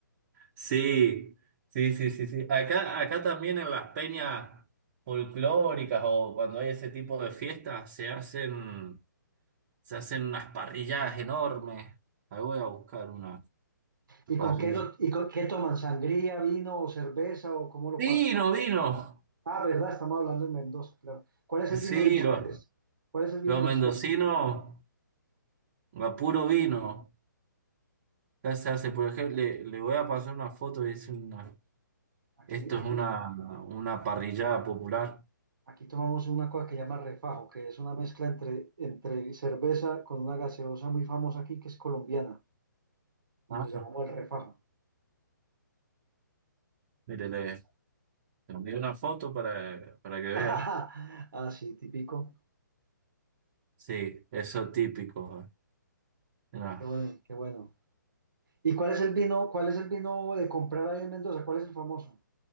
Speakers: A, on the right; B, on the right.
A: Sí, sí, sí, sí, sí. Acá, acá también en las peñas folclóricas o cuando hay ese tipo de fiestas se hacen, se hacen unas parrilladas enormes. Ahí voy a buscar una
B: ¿Y
A: parrilla.
B: con qué, lo, y con qué toman? ¿Sangría, vino o cerveza o cómo lo
A: Vino,
B: pasan?
A: vino.
B: Ah, ¿verdad? Estamos hablando en Mendoza, claro. ¿Cuál es
A: Sí,
B: el vino de ustedes?
A: lo,
B: ¿Cuál es el vino
A: Los
B: de
A: mendocinos,
B: ustedes?
A: a puro vino. Acá se hace, por ejemplo, le, le voy a pasar una foto y es una,
B: Aquí,
A: esto
B: aquí,
A: es una, una parrillada popular.
B: aquí tomamos una cosa que se llama refajo, que es una mezcla entre, entre cerveza con una gaseosa muy famosa aquí que es colombiana y
A: Ah,
B: lo llamamos el refajo.
A: mire,
B: Es interesante.
A: le, le envié una foto para, para que
B: <laughs>
A: vea.
B: Ah, sí, típico.
A: Sí, eso típico. eh. Mira.
B: Qué bueno, qué bueno. ¿Y cuál es el vino, cuál es el vino de comprar ahí en Mendoza? ¿Cuál es el famoso?